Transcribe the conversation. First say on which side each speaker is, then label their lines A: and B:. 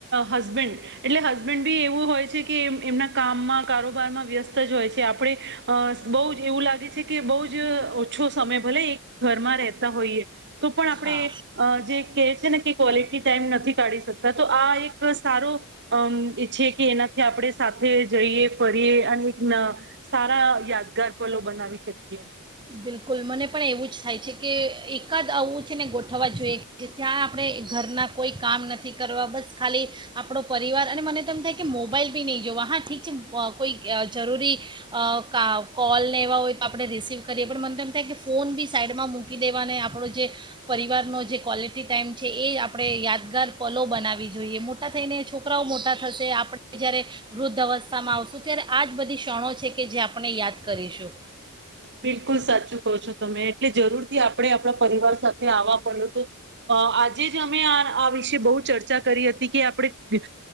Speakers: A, on the right (about 50°); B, on the right (about 20°).
A: હસબેન્ડ એટલે હસબન્ડ બી એવું હોય છે કે એમના કામમાં કારોબારમાં વ્યસ્ત જ હોય છે આપણે અ બહ જ એવું લાગે છે કે બહ જ ઓછો સમય ભલે એક ઘરમાં રહેતા હોઈએ તો પણ આપણે
B: હા
A: જે કહે છે ને કે ક્વોલિટી ટાઈમ નથી તડી શકતા તો આ એક સારો અમ છે કે એનાથી આપણે સાથે જઈએ ફરીએ અને એક સારા યાદગાર પલો બનાવી શકીએ
B: બિલકુલ મને પણ એવું જ થાય છે કે એકાદ આવું છે ને ગોઠવવા જોઈએ ત્યાં આપણે ઘરના કોઈ કામ નથી કરવા બસ ખાલી આપણો પરિવાર અને મને તો થાય કે મોબાઈલ બી નહીં જોવા હા ઠીક છે કોઈ જરૂરી કા કોલ લ એવા હોય તો આપણે રિસીિવ કરીએ પણ મને તો એમ થાય કે ફોન બી સાઈડમાં મૂકી દેવાને આપણો જે પરિવારનો જે ક્વૉલિટી ટાઈઇમ છે એ આપણે યાદગાર પલો બનાવી જોઈએ મોટા થઈને છોકરાઓ મોટા થશે આપણે જ્યારે વૃદ્ધ અવસ્થામાં આવશું ત્યારે આ જ બધી ક્ષણો છે કે જે આપણે યાદ કરીશું
A: બિલકુલ સાચું કહો છો તમે એટલે જરૂર આપણે આપણા પરિવાર સાથે આવવા પ તો આજે જ અમે આ આ વિષ બહુ ચર્ચા કરી હતી કે આપણે